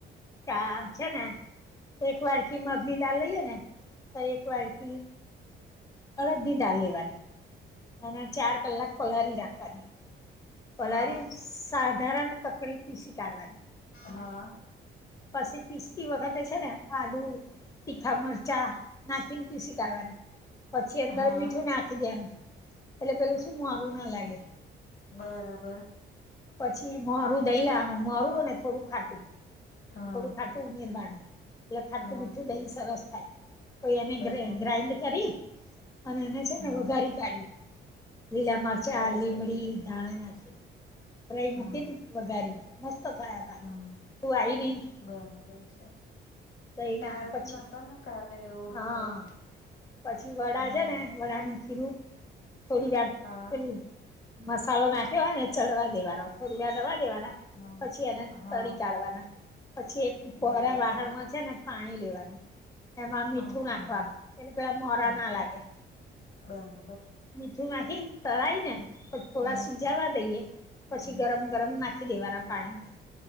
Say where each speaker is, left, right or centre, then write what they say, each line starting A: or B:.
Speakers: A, on the left; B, on the left.
A: ચ છે ને એક વાડકી મગની દાલ લઈએ ને તો એક વાડકી અ અડદની દળ લેવાની અને ચાર કલાક પલળી નાખવાની પલારી
B: હા
A: સાધારણ કકડી પીસી કાઢવાગી
B: હા
A: પછી પિસ્તી વખતે છે ને આલુ તીખા મરચા નાખીને પી શી કરવાવાની પછી અંદર
B: હા
A: મીઠું નાખી દેનું એટલે પેલું શું મારું ના લાગે
B: બરાબર
A: પછી મરું દઈ લવાનું મરું ને થોડું ખાટું
B: હા
A: થોડું ખાટું ઉમેરવાનું એટલે ખાટું
B: હા
A: મીઠું દહી સરસ થાય તો એને
B: બરાબર
A: ગ્રાઇન્ડ- - કરી અને એને છે
B: હા
A: ને વધારી કાઢ્યું- - લીલા મરચા
B: બરાબર
A: લીમડી
B: છે
A: ધાણા નાખી રઈ
B: હા
A: મુકી- - વઘાર મસ્ત થયા તા
B: હા
A: તું આવી નહ- -
B: બરાબર છે
A: દઈ
B: ટાઈમ
A: ના પછી
B: નતો ને કાલે એવું
A: હા
B: હતું.
A: પછી વડા
B: હા
A: છે ને વડાનું- - ખીરું થોડી વાર
B: હા
A: પે મસાલો નાખેવાય ને ચડવા દેવાનો- - થોડીવા નવા દેવાના
B: હા
A: પછી એને
B: હા
A: તરી કાઢવાના- - પછી એક કોરા
B: બરાબર
A: વાહાણમાં છે ને પાણી લેવાનું- - એમાં મીઠું
B: હા
A: નાખવાનું
B: હા
A: એટલે પેલા મોરા
B: હા
A: ના લાગે.
B: બરાબર.
A: મીઠું નાખીને તળય ને-
B: હમ
A: - થોડા
B: હમ
A: સીજાવા દઈએ પછી
B: હમ
A: ગરમ ગરમ નાખી દેવાના પાણીમાં.